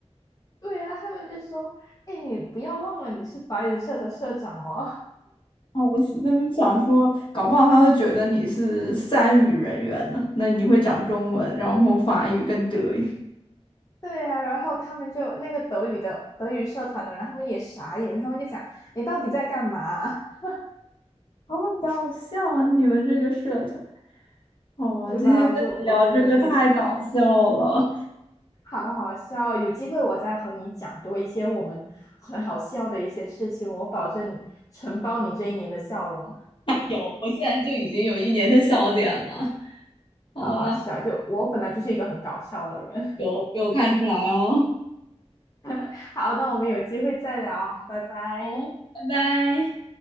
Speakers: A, on the left; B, on the left.
A: <laughs> 对啊，他们就说：“诶，你不要忘了你是法语社的社长哦。”
B: 哦，我是他们想说，搞不好他会觉得你是三语人员呢。那你会讲中文，然后法语跟德语，
A: 对呀、然后他们就那个德语的德语社团的人，他们也傻眼，他们就讲你到底在干嘛，<laughs>
B: 好搞笑啊！你们这个社团，哦，
A: 是吧？
B: 今天跟你聊这个太搞笑了，
A: 就我觉得这个好好笑，有机会我再和你讲多一些我们很好笑的一些事情，我保证你承包你这一年的笑容，
B: 有，我现在就已经有一年的笑点了。好了，
A: 好好笑。就我本来就是一个很搞笑的人，
B: 有有看出来哦。
A: <laughs> 好，那我们有机会再聊哦，拜拜。
B: 好，拜拜。